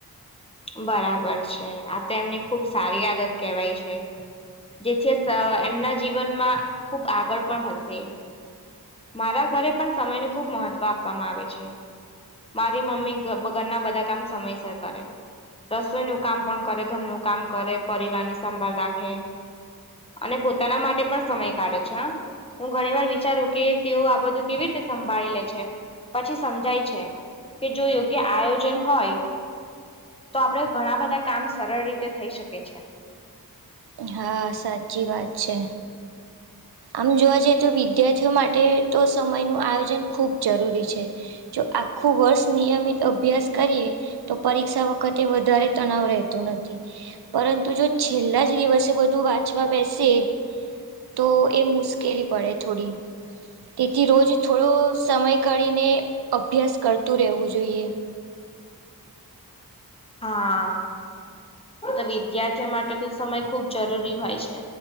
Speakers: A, on the left (about 15°); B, on the right (about 80°).
A: બરાબર છે આ તો એમની ખુબ સારી આદત કેવાય છે. જેથી એમના જીવનમાં ખૂબ આગળ પણ હશે. મારા ઘરે પણ સમય ન ખુબ મહત્વ આપવામાં આવે છે. મારી મમ્મી ઘરના બધા કામ સમયસર કરે. રસોઈ નું કામ પણ કરે ઘરનું કામ કરે પરિવાર ની સંભાળ રાખે અને પોતાના માટે પણ સમય કાઢે છે. હું ઘણી વાર વિચારું કે તેઓ આ બધું કેવી રીતે સંભાળી લે છે પછી સમજાય છે કે જો યોગ્ય આયોજન હોય તો આપડે ઘણા બધા કામ સરળ રીતે થઈ શકે છે.
B: હા સાચી વાત છે. આમ જોવા જઈએ તો વિદ્યાર્થીઓ માટે તો સમયનું આયોજન ખૂબ જરૂરી છે. જો આખું વર્ષ નિયમિત અભ્યાસ કરીએ તો પરીક્ષા વખતે વધારે તણાવ રહેતો નથી. પરંતુ જો છેલ્લા જ દિવસે બધું વાંચવા બેસે તો એ મુશ્કેલી પડે થોડી. તેથી રોજ થોડો સમય કાઢીને અભ્યાસ કરતું રહેવું જોઈએ.
A: હા. તો વિદ્યાર્થીઓ માટે તો સમય ખુબ જરૂરી હોય છે.